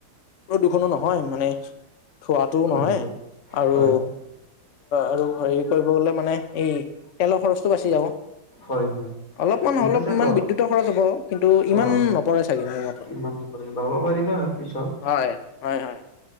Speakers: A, on the left; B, on the left.
A: প্ৰদূষণো নহয় মানে থোৱাটোও
B: হয়
A: নহয়
B: হয়
A: আৰু
B: হয়
A: আৰু হেৰি কৰিব গলে মানে এই তেলৰ খৰচটো বাচি যাব
B: হয় হয়
A: অলপমান
B: ঠিক
A: অলপমান
B: আছে ল
A: বিদ্যুতৰ খৰচ হব কিন্তু ইমান
B: অ
A: নপৰে চাগে মোৰ মতে
B: ইমান নকৰি ল'ব পাৰিবা পিছত
A: হয় হয় হয়